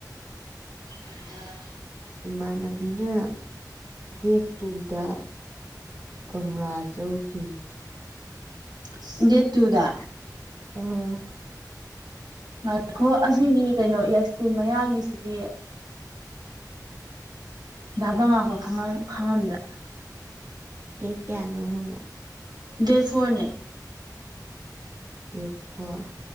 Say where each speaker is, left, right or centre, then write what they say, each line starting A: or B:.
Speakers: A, on the right (about 75°); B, on the right (about 40°).
A: <unintelligible>
B: ꯏꯃꯥꯟꯅꯕꯤꯅ ꯗꯦꯠ ꯇꯨꯗ ꯀꯪꯂꯥ ꯆꯧꯁꯦꯌꯦ
A: ꯑꯁ ꯗꯦꯠ ꯇꯨꯗ
B: ꯑꯥ
A: ꯉꯥꯢꯈꯣ ꯑꯁꯤꯒꯤ ꯀꯩꯅꯣ ꯌꯥꯏꯁꯀꯨꯜ ꯃꯌꯥꯒꯤꯁꯤꯗꯤ ꯙꯥꯕ ꯉꯥꯛꯄ ꯈꯪꯉ ꯈꯪꯉꯝꯗ
B: ꯗꯦꯠ ꯀ꯭ꯌꯥꯅꯣ ꯍꯪꯉꯣ
A: ꯗꯦꯠ ꯐꯣꯔꯅꯦ
B: date four